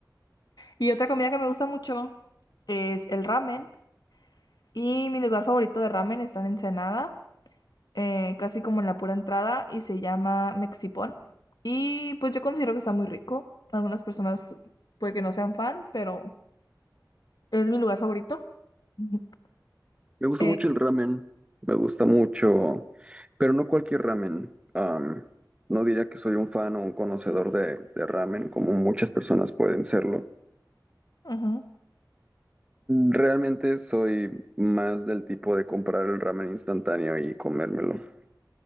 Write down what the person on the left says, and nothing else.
Y otra comida que me gusta mucho es el ramen. Y mi lugar favorito de ramen está en Ensenada, eh, casi como en la pura entrada, y se llama Mexipón. Y pues yo considero que está muy rico. Algunas personas puede que no sean fan, pero es mi lugar favorito. <laughs>
Eh,
ujú,